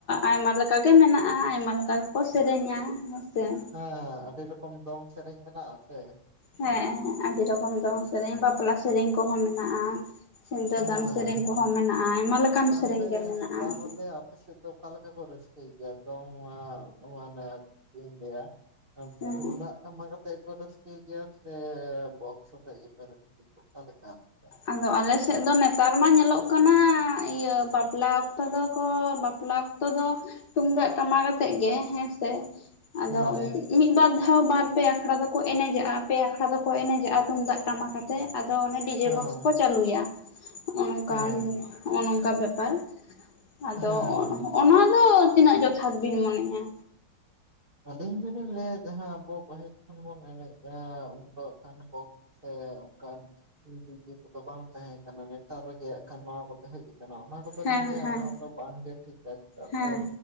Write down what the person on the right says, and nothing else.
ᱦᱮᱸ ᱟᱹᱰᱤ ᱨᱚᱠᱚᱢ ᱫᱚᱝ ᱥᱮᱨᱮᱧ ᱢᱮᱱᱟᱜ-ᱟ ᱥᱮ ᱾
ᱦᱮᱸ
ᱛᱟᱦᱚᱞᱮ
ᱛᱟᱦᱚᱞᱮ
ᱟᱯᱮ ᱥᱮᱜ ᱫᱚ ᱚᱠᱟ ᱞᱮᱠᱟ ᱠᱚ ᱨᱟᱹᱥᱠᱟᱹᱭ ᱜᱮᱭᱟ ᱫᱚᱝ ᱶᱟᱜ ᱢᱟᱱᱮ ᱪᱮᱜ ᱤᱧ ᱞᱟᱹᱭᱟᱼᱼ ᱟᱻ
ᱛᱩᱢᱫᱟᱜᱼᱼ ᱴᱟᱢᱟᱠ‌ ᱟᱛᱮᱜ ᱜᱮ ᱠᱚ ‌ᱨᱟᱹᱥᱠᱟᱹᱭ ᱜᱮᱭᱟ ᱥᱮ ᱵᱚᱠᱥ ᱛᱮᱜᱮᱯᱮ‌ ᱨᱟᱹᱥᱠᱟᱹᱭᱟ ᱚᱠᱟ ‌‌ᱞᱮᱠᱟ ᱟᱯᱮ ‌ᱫᱚ?
ᱦᱮᱸ
ᱦᱮᱸ
ᱦᱮᱸ
ᱦᱮᱸ
ᱟᱹᱞᱤᱧ ᱫᱩᱞᱤᱧ ᱞᱟᱹᱭᱟ ᱡᱟᱦᱟᱸ ᱟᱵᱚ ᱯᱟᱹᱦᱤᱞ ᱠᱷᱚᱱ ᱵᱚᱱ ᱮᱱᱮᱡᱼᱟ ᱩᱱ ᱫᱚ ᱠᱷᱟᱱ ᱠᱚᱼᱼᱼ ᱥᱮ ᱚᱝᱠᱟᱱᱼᱼ ᱰᱤᱡᱮ ᱠᱚᱫᱚ ᱵᱟᱝ ᱛᱟᱦᱮᱸ ᱠᱟᱱᱟ ᱱᱮᱛᱟᱨ ᱨᱮᱜᱮ ᱦᱟᱸᱜ ᱠᱷᱟᱱ ᱱᱚᱣᱟ ᱠᱚᱫᱚ ᱦᱮᱡ ᱟᱠᱟᱱᱟ ᱚᱱᱟ ᱫᱚ ᱫᱚᱞᱤᱧ
ᱞᱟᱹᱭᱟ
ᱚᱱᱟ ᱛᱚᱵᱟᱝ ᱜᱮ ᱴᱷᱤᱠᱟ ᱪᱮᱫᱟᱜ
ᱥᱮ